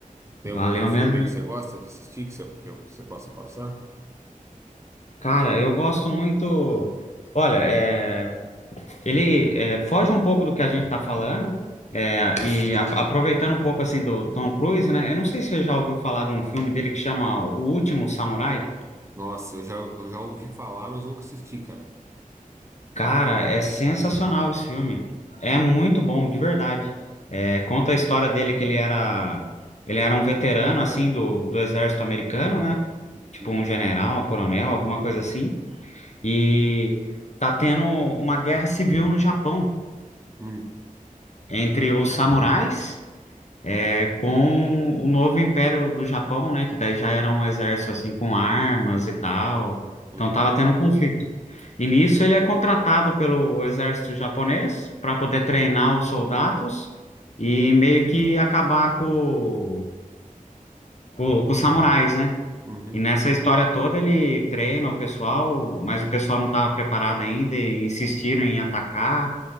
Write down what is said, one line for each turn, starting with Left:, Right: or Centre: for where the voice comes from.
Right: Tem
Left: Valeu
Right: algum outro filme
Left: mesmo.
Right: aí que você gosta de assistir, que você, que você possa passar?
Left: Cara, eu gosto muito. Olha, é, Ele é, foge um pouco do que a gente está falando, é, e a- aproveitando um pouco assim do Tom Cruise, né? Eu não sei se você já ouviu falar de um filme dele que chama O Último Samurai.
Right: Nossa, eu já, eu já ouvi falar, mas nunca assisti, cara.
Left: Cara, é sensacional esse filme. É muito bom, de verdade. É, conta a história dele que ele era, ele era um veterano assim do, do exército americano, né?
Right: Uhum.
Left: Tipo um general, um coronel, alguma coisa assim. E tá tendo uma guerra civil no Japão
Right: Hum,
Left: entre os samurais. É com o novo império do Japão, né? Que daí já era um exército assim com armas e tal.
Right: uhum,
Left: Então tava tendo um conflito. E nisso ele é contratado pelo exército japonês para poder treinar os soldados e meio que acabar com, com, com os samurais, né?
Right: uhum.
Left: E nessa história toda ele treina o pessoal, mas o pessoal não estava preparado ainda e insistiram em atacar.